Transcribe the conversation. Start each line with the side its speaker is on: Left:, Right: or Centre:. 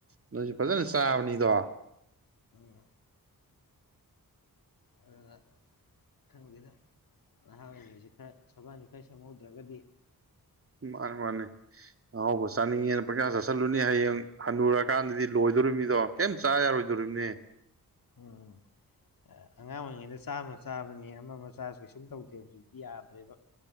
Right: ꯅꯣꯏꯁꯨ ꯐꯖꯅ ꯆꯥꯕꯅꯤꯗꯣ
Left: ꯎꯝ ꯑꯗꯨꯅꯥ ꯈꯪꯗꯦꯗ ꯅꯍꯥ ꯑꯣꯏꯔꯤꯉꯥꯏꯖꯦ ꯈꯔ ꯁꯕꯥꯟꯖꯦ ꯈꯔ ꯁꯦꯝꯍꯧꯗ꯭ꯔꯒꯗꯤ
Right: ꯃꯥꯅꯦ ꯃꯥꯅꯦ ꯑꯍꯥꯎꯕ ꯆꯥꯅꯤꯡꯉꯦꯅ ꯄꯥꯡꯆꯥ ꯆꯥꯁꯤꯜꯂꯨꯅꯤ ꯍꯌꯦꯡ ꯍꯟꯅꯨꯔꯀꯥꯟꯗꯗꯤ ꯂꯣꯏꯗꯣꯔꯤꯃꯤꯗꯣ ꯀꯩꯝ ꯆꯥ ꯌꯥꯔꯣꯏꯗꯣꯔꯤꯝꯅꯦ
Left: ꯎꯝ ꯑꯉꯥꯡ ꯑꯣꯏꯔꯤꯉꯩꯗ ꯆꯥꯝꯃ ꯆꯥꯕꯅꯤ ꯑꯃ ꯑꯃ ꯆꯥꯔꯁꯨ ꯀꯩꯁꯨꯝ ꯇꯧꯗꯦ ꯍꯧꯖꯤꯛꯇꯤ ꯌꯥꯗ꯭ꯔꯦꯕ